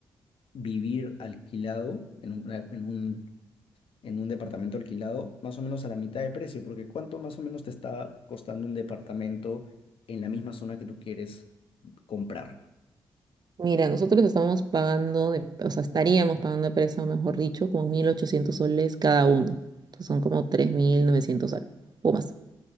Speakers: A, on the left; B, on the right.
A: vivir alquilado en un, en un, en un departamento alquilado más o menos a la mitad de precio, porque ¿cuánto más o menos te está costando un departamento en la misma zona que tú quieres comprar?
B: Mira, nosotros estamos pagando, de- o sea, estaríamos pagando de préstamo, mejor dicho, como 1.800 soles cada uno. Entonces son como 3.900 soles o más.